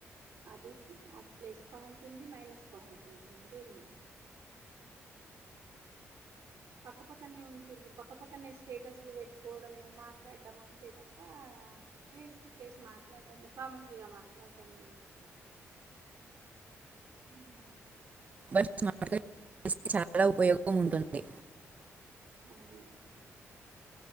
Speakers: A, on the right; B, on the right.
A: అది అది ప్లస్ పాయింట్ ఉంది మైనస్ పాయింట్ ఉంది రెండు ఉన్నాయి. పక్కపక్కనే ఉంటుండ్రు పక్కపక్కనే స్టేటస్లు పెట్టుకోవడంము, మాట్లాడడం అంతే తప్ప ఫేస్ టు ఫేస్ మాట్లాడడం ముఖాముఖిగా మాట్లాడడం లేదు. హ్మ్
B: బస్ స్మార్ట్ చాలా ఉపయోగం ఉంటుంది.
A: అవును